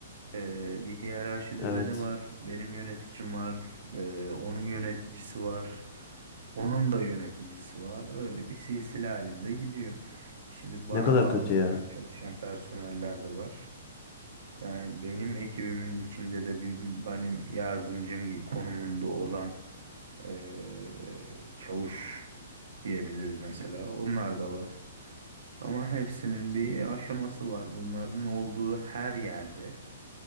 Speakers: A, on the right; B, on the left.
A: Ee, bir hiyerarşi
B: Evet.
A: düzeni var. Benim yöneticim var. Ee, onun yöneticisi var. Onun da yöneticisi var. Öyle bir silsile halinde gidiyor. Şimdi bana
B: Ne kadar
A: bağlı
B: kötü
A: olarak
B: ya.
A: çalışan personeller de var. Yani benim ekibimin içinde de bir benim yardımcım gi- konumunda olan ee, çavuş diyebiliriz mesela. Onlar da var. Ama hepsinin bir aşaması var. Bunların olduğu her yerde,